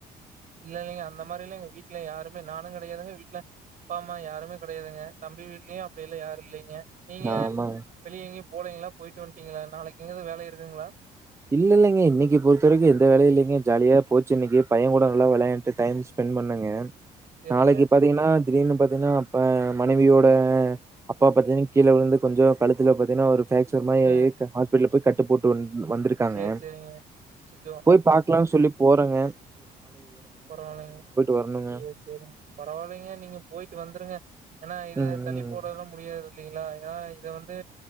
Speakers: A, on the right (about 50°); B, on the right (about 15°).
A: இல்ல இல்லங்க அந்த மாதிரி எங்க வீட்ல யாருமே நானும் கிடையாது வீட்டில் அப்பா அம்மா யாருமே கிடையாதுங்க தம்பி வீட்லயும் அப்படி இல்லா யாரும் இல்லைங்க நீங்க
B: ஆமாங்க
A: வெளிய எங்கி போலீங்காளா போயிட்டு வந்துட்டீங்களா நாளைக்கு எங்காவ வேலை இருக்குங்களா
B: இல்ல இல்லங்க இன்னைக்கு பொறுத்த வரைக்கும் எந்த வேலயு இல்லைங்க ஜாலியா போச்சு இன்னைக்கு பையன் கூட நல்லா விளையாண்டு டைம் ஸ்பெண்ட் பண்ணணுங்க
A: சரிங்க.
B: நாளைக்கு பாத்தீங்கன்னா திடீர் பாத்தீங்கன்னா மனைவியோட அப்பா பாத்தீங்கன்னா கீழே விந்து கொஞ்சம் கழுத்துல பாத்தீங்கன்னா ஒரு பெக்சர் மாரி
A: ச
B: ஆகி ஹாஸ்பிடல போய் கட் போட்டு வந்து மட்டும் இருக்காங்க
A: சேரி சேரிங்க. அச்சச்சோ!
B: போய் பார்க்கலாம்னு சொல்லி போறங்க
A: பரவாயில்லைங்க
B: வரணுங்க.
A: செ செரி பரவாயில்லைங்க நீங்க போயிட்டு வந்துருங்க ஏன்னா இது
B: ம்,
A: தள்ளி
B: ம்.
A: போடெல்லாம் முடியாது இல்லைங்களா ஏா இத வந்து